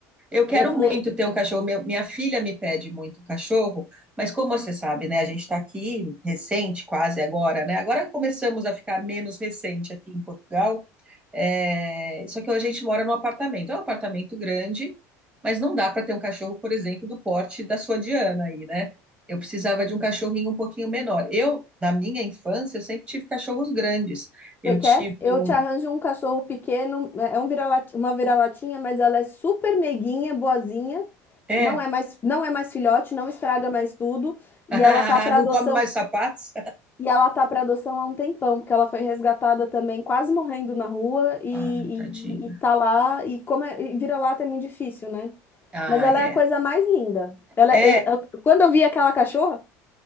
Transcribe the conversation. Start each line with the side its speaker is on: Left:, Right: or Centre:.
Right: Eu quero
Left: Eu falei,
Right: muito ter um cachorro. Meu- minha filha me pede muito um cachorro, mas como você sabe, né? A gente está aqui recente, quase agora, né? Agora começamos a ficar menos recente aqui em Portugal. É, Só que a gente mora num apartamento. É um apartamento grande, mas não dá para ter um cachorro, por exemplo, do porte da sua Diana aí, né? Eu precisava de um cachorrinho um pouquinho menor. Eu, na minha infância, eu sempre tive cachorros grandes. Eu
Left: você quer?
Right: tive
Left: Eu
Right: um.
Left: te arranjo um cachorro pequeno, é é um vira-lata, uma vira-latinha, mas ela é super meiguinha, boazinha.
Right: É?
Left: Não é mais, não é mais filhote, não estraga mais tudo,
Right: <laughs>
Left: e ela tá para
Right: Não
Left: adoção.
Right: come mais sapatos?
Left: E ela tá para adoção há um tempão, porque ela foi resgatada também, quase morrendo na rua, e,
Right: Ah, tadinho.
Left: e, e tá lá, e como é, e vira-lata é muito difícil, né?
Right: Ah,
Left: Mas ela
Right: é.
Left: é a coisa mais linda. Ela,
Right: É,
Left: é, eu, eu- quando eu vi aquela cachorra,